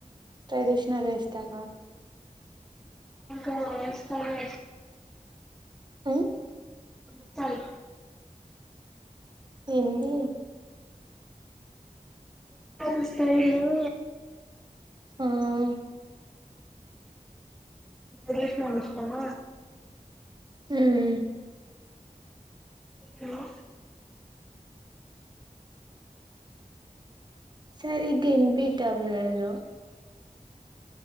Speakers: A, on the right (about 30°); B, in the centre.
A: ట్రెడిషనల్ ఇష్టమా.
B: ఇంకా వెస్ట్రన్
A: ఉహ్
B: స్టైల్
A: ఏంది.
B: మీ స్టైలు
A: ఆహ్
B: ట్రెడిషనల్ ఇష్టమా
A: ఉహ్మ్
B: హలో
A: సరిగనిబియ్యటంలేదు.